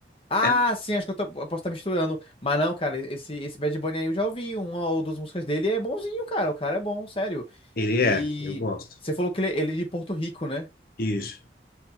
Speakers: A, on the left; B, on the left.
A: Ah,
B: É,
A: sim, acho que eu, tô- eu posso estar misturando. Mas não, cara, esse, esse Bad Bunny aí eu já ouvi uma ou duas músicas dele. É bonzinho, cara. O cara é bom, sério.
B: ele
A: E
B: é, eu gosto.
A: você falou que ele, ele é de Porto Rico, né?
B: Isso.